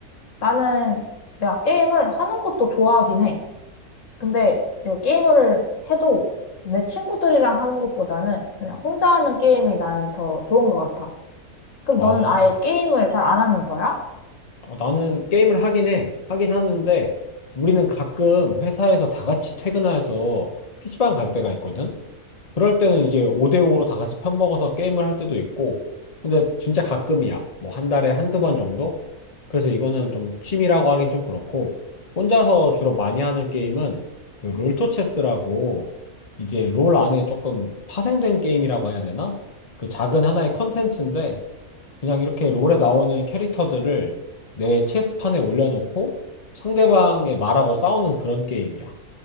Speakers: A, on the left; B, on the left.
A: 나는 내가 게임을 하는 것도 좋아하긴 해. 근데 이제 게임을 해도 내 친구들이랑 하는 것보다는 그냥 혼자 하는 게임이 나는 더 좋은 것 같아. 그럼
B: 아.
A: 너는 아예 게임을 잘 안 하는 거야?
B: 어, 나는 게임을 하긴 해. 하긴 하는데, 우리는 가끔 회사에서 다 같이 퇴근해서 피시방 갈 때가 있거든? 그럴 때는 이제 5대5로 다 같이 편먹어서 게임을 할 때도 있고, 근데 진짜 가끔이야. 뭐 한 달에 한두 번 정도? 그래서 이거는 좀 취미라고 하긴 좀 그렇고, 혼자서 주로 많이 하는 게임은 그 롤토체스라고, 이제 롤 안에 조금 파생된 게임이라고 해야 되나? 그 작은 하나의 컨텐츠인데, 그냥 이렇게 롤에 나오는 캐릭터들을 내 체스판에 올려놓고 상대방의 말하고 싸우는 그런 게임이야.